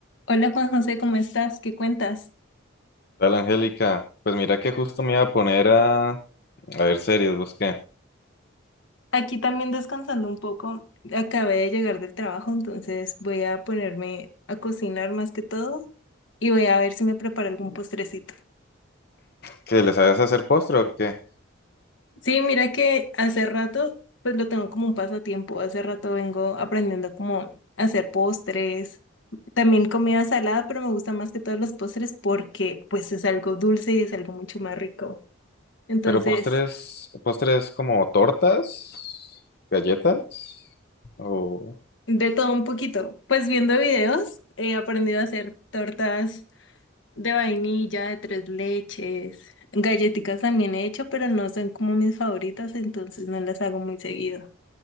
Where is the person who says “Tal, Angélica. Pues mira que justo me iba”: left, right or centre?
Left